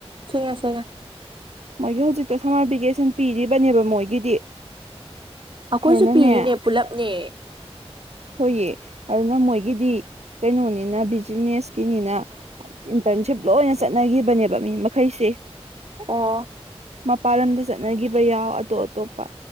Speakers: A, on the right (about 50°); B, on the right (about 85°).
A: ꯁꯦꯡꯉꯦ ꯁꯦꯡꯉꯦ
B: ꯃꯣꯏꯒꯤ ꯍꯧꯖꯤꯛꯇꯣ ꯁꯝꯃꯔ ꯚꯦꯀꯦꯁꯟ ꯄꯤꯔꯤꯕꯅꯦꯕ ꯃꯣꯏꯒꯤꯗꯤ
A: ꯑꯩꯈꯣꯏꯁꯨ
B: ꯑꯗꯨꯅꯅꯦ
A: ꯄꯤꯔꯤꯅꯦ ꯄꯨꯂꯞꯅꯦ
B: ꯍꯣꯏꯌꯦ ꯑꯗꯨꯅ ꯃꯣꯏꯒꯤꯗꯤ ꯀꯩꯅꯣꯅꯤꯅ ꯕꯤꯖꯤꯅꯦꯁꯀꯤꯅꯤꯅ ꯏꯟꯇꯔꯟꯁꯤꯞ ꯂꯣꯏꯅ ꯆꯠꯅꯈꯤꯕꯅꯦꯕ ꯃꯤ ꯃꯈꯩꯁꯦ
A: ꯑꯣ
B: ꯃꯄꯥꯟ ꯂꯝꯗ ꯆꯠꯅꯈꯤꯕ ꯌꯥꯎ ꯑꯇꯣꯞ ꯑꯇꯣꯞꯄ